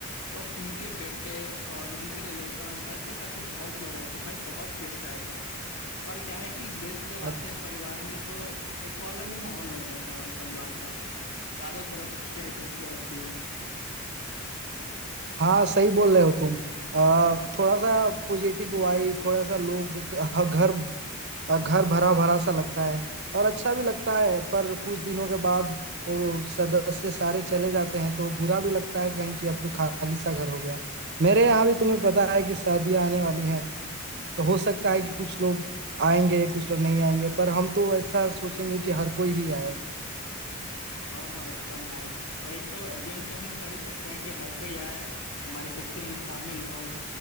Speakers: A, on the left (about 75°); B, on the right (about 50°).
A: तो उनके बेटे और उनके रिलेशन ऐसे करके बहुत लोग आए थे भाई बहुत गेस्ट आए थे और क्या है कि गेस्ट जब
B: अ-
A: आते हैं परिवार में तो एक अलग ही माहौल बन जाता है भाई परिवार का चारों तरफ खुशियां ही खुशियां होती हैं
B: हाँ सही बोल रहे हो तुम अ, थोड़ा सा पॉजिटिव वाइब थोड़ा सा लोग घ- घर अ, घर भरा भरा सा लगता है और अच्छा भी लगता है पर कुछ दिनों के बाद वो सदस्य सारे चले जाते हैं तो बुरा भी लगता है कहीं कि अब तो खाली सा घर हो गया मेरे यहाँ भी तुम्हें पता है कि शादियां आने वाली हैं तो हो सकता है कि कुछ लोग आएंगे कुछ लोग नहीं आएंगे पर हम तो ऐसा सोचेंगे कि हर कोई ही आए
A: हाँ हाँ एकदम भाई वही तो एज्यूम तो हम कर ही सकते हैं कि हर कोई आए हमारी खुशियों में शामिल हो